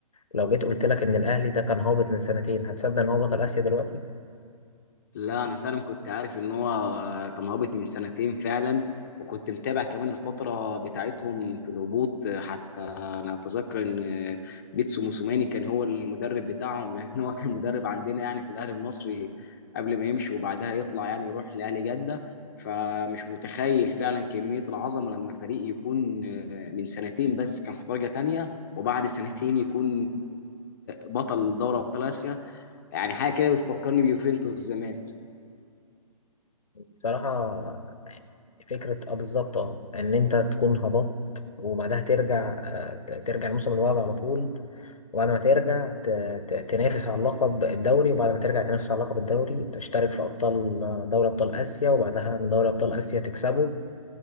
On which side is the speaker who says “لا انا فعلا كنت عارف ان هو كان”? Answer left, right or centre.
Left